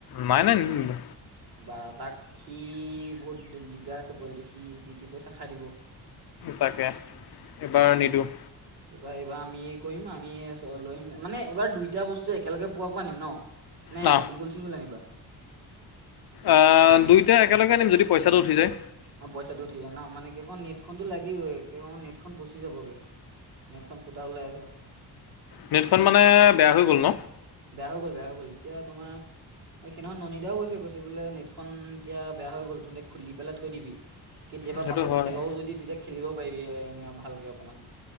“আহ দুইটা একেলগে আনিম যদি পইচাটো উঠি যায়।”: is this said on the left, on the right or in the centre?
Left